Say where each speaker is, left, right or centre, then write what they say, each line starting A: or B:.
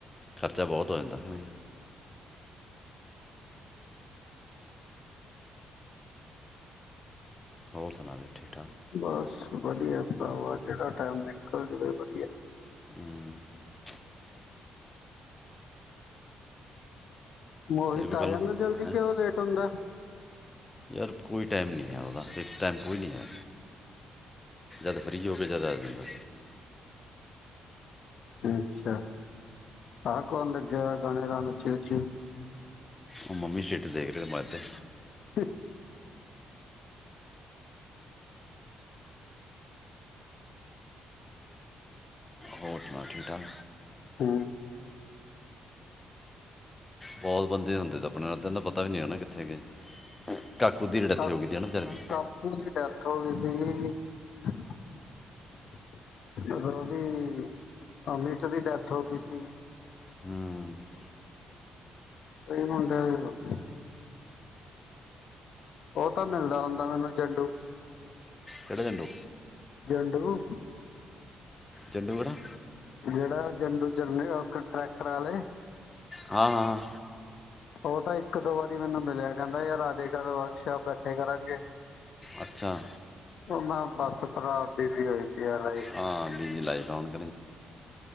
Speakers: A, on the left; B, on the left.
A: ਖਰਚਾ ਬਹੁਤ ਹੋ ਜਾਂਦਾ ਐ। ਹੋਰ ਸੁਣਾ ਵੀ ਠੀਕ ਠਾਕ
B: ਬਸ ਵਦੀਆਂ ਪਰਾਵਾ, ਜਿਹੜਾ ਟਾਈਮ ਨਿਕਲ ਜਾਵੇ ਉਹ ਵਦੀਆ
A: ਹਂ
B: ਮੋਹਿਤ
A: ਤੇਰੇ ਕੋਲ
B: ਆ
A: ਗੱਲ
B: ਜਾਂਦਾ ਜਲਦੀ
A: ਹੈਂ
B: ਕਿ ਉਹ ਲੇਟ ਹੁੰਦਾ।
A: ਯਾਰ ਕੋਈ ਟਾਈਮ ਨਹੀਂ ਹੈਗਾ ਓਦਾ ਫਿਕਸ ਟਾਈਮ ਕੋਈ <unintelligible> ਨਈਂ ਹੈਗਾ ਜਦ ਫਰੀ ਹੋਵੇ ਜਦ ਆ ਜਾਂਦਾ।
B: ਅੱਛਾ ਆ ਕੌਣ ਲੱਗਿਆ ਗਾਣੇ ਗਾਣ ਉੱਚੀ-ਉੱਚੀ
A: ਉਹ ਮੰਮੀ ਸਿੱਟ ਦੇਖ ਰਹੇ ਮੋਬਾਈਲ ਤੇ।
B: <unintelligible>
A: ਹੋਰ ਸੁਣਾ ਠੀਕ ਠਾਕ
B: ਹਂ
A: ਬਹੁਤ ਬੰਦੇ ਹੁੰਦੇ ਆਪਣੇ ਦਾ ਪਤਾ ਵੀ ਨਹੀਂ ਹੋਣਾ ਕਿੱਥੇ ਗਏ। ਕਾਕੂ ਦੀ ਡੈਥ
B: ਕਾ
A: ਹੋ ਗਈ ਸੀ ਨਾ ਵਿਚਾਰੇ ਦੀ
B: ਕਾਕੂ ਦੀ ਡੈਥ ਹੋ ਗਈ ਸੀ <unintelligible> ਓਦੀ ਅਮਿਤ ਦੀ ਡੈਥ ਹੋ ਗਈ ਸੀ।
A: ਹਂ।
B: ਕਈ ਮੁੰਡਿਆਂ ਦੀ ਹੋ ਗਈ ਈ ਉਹ ਤਾਂ ਮਿਲਦਾ ਹੁੰਦਾ ਮੈਨੂੰ ਜੰਡੂ।
A: ਕਿਹੜਾ ਜੰਡੂ?
B: ਜੰਡੂ।
A: ਜੰਡੂ ਗੜਾ।
B: ਜਿਹੜਾ ਜੰਦੂ ਜਰਨ ਟਰੈਕਟਰ ਵਾਲੇ।
A: ਹਾਂ। ਹਾਂ।
B: ਉਹ ਤਾਂ ਇੱਕ ਦੋ ਵਾਰੀ ਮੈਨੂੰ ਮਿਲਿਆ ਕਹਿੰਦਾ ਯਾਰ ਆ ਦੇਖ ਵਰਕਸ਼ਾਪ ਬੈਠੇ ਕਰਾਂਗੇ,
A: ਅੱਛਾ
B: ਉਹ ਮੈਂ ਬੱਸ ਪ੍ਰਾਪਤਿ ਜਿਹੀ ਹੋਈ ਪਈ ਏ ਲਾਈਫ।
A: ਹਾਂ <unintelligible> ਹੁਣ